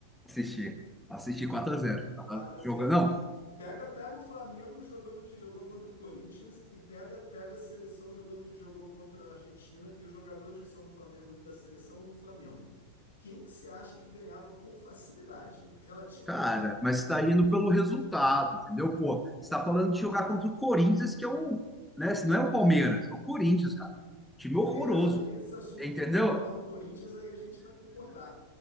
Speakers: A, in the centre; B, on the left.
A: Assisti. Assisti
B: Assistiu.
A: quatro a zero.
B: 4 a
A: Jogando,
B: 0.
A: não,
B: Pega, pega o Flamengo jogando o que jogou contra o Corinthians e pega, pega a seleção jogando o que jogou contra a Argentina e os jogadores que são do Flamengo e da seleção no Flamengo. Quem que você acha que ganhava com facilidade? Relativa
A: Cara,
B: facilidade.
A: mas está indo pelo resultado, entendeu? Pô, você está falando de jogar contra o Corinthians, que é um, né? se Não é o Palmeiras, é o Corinthians, cara. Time
B: Beleza,
A: horroroso,
B: aí se o assunto
A: entendeu?
B: for falar mal do Corinthians, aí a gente vai concordar.